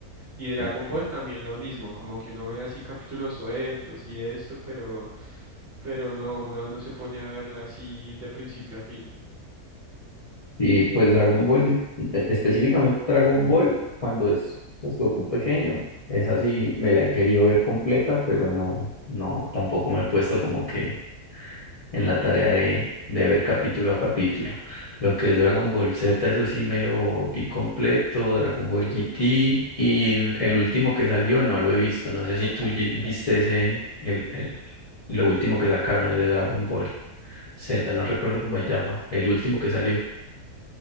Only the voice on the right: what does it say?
Y Dragon
Ball también lo mismo, como que uno ve así capítulos sueltos y esto, pero, pero no, uno no se pone a verla así de principio a fin.